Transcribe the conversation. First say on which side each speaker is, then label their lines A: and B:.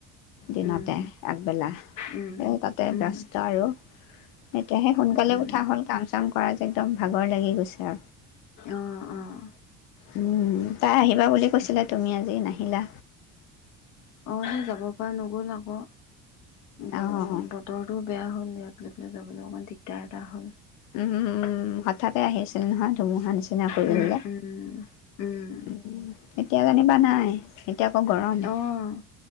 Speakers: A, on the left; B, on the left.
A: দিনতে,
B: উম, উম।
A: আগবেলা।
B: উম,
A: এ তাতে
B: উম,
A: ব্যস্ত আৰু তেতিয়াহে সোনকালে
B: উম,
A: উঠা হ'ল, কাম চাম কৰা যে, একদম ভাগৰ লাগি গৈছে। এয়া
B: অ' অ'।
A: উম। তাই আহিব <unintelligible> বুলি কৈছিলে, তুমি আজি নাহি হিলা
B: অ', হেই যাব পৰা নগ'ল আকৌ। ব-বতৰটো
A: অ',
B: বেয়া হ'ল ইয়াত। <unintelligible> যাবলৈ অকণমন দিগদাৰ এটা হ'ল।
A: উম, উম। হঠাতে আহিছিল নহয়। ধুমুহা নিচিনা কৰি
B: উম,
A: দিলে।
B: উম, উম,
A: উম, এতিয়া যেনিবা নাই। এতিয়া আকৌ গৰম।
B: অ',